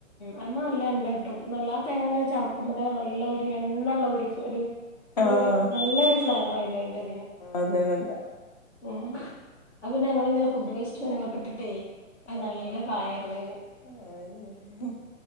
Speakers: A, on the left; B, on the left.
A: അയിമ്മ ൽല്ല എണ്ണ കിട്ടും നല്ലാ ആ തേങ്ങമ്മല് ചവക്കുമ്പോതന്നെ നല്ല ഒരു എണ്ണള്ളൊരു ഒരു
B: ആ ഹ്
A: ഒരു നല്ലൊരു ഫ്ലേവർ ആയിന് അയിൻ്റെ തിന്
B: അതന്നെ അതന്നെ
A: ഉ അദ് പിന്നെ ഞങ്ങിങ്ങനെ ഫുഡ് വേസ്റ്റ് ങ്ങളൊക്കെ ഇട്ടിട്ടേ അത്
B: ആഹ്
A: നല്ല കായെർന്ന് അയ്ൻ
B: <inaudible>